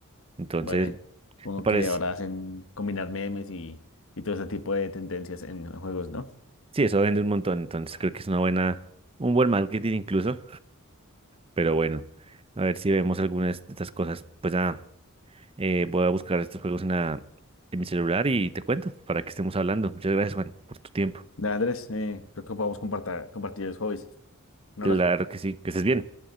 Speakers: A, on the right (about 25°); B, on the left (about 70°).
A: Entonces,
B: Vale. Supongo
A: me parece,
B: que ahora hacen combinar memes y, y todo ese tipo de tendencias en juegos, ¿no?
A: sí, eso vende un montón, entonces creo que es una buena, un buen marketing incluso, pero bueno, a ver si vemos algunas de estas cosas. Pues nada. Eh, voy a buscar estos juegos en la, en mi celular y te cuento para que estemos hablando. Muchas gracias, Juan, por tu tiempo.
B: Dale, Andrés, eh, creo que podemos compartir, compartir los hobbies. Un
A: Claro
B: abrazo.
A: que sí, que estés bien.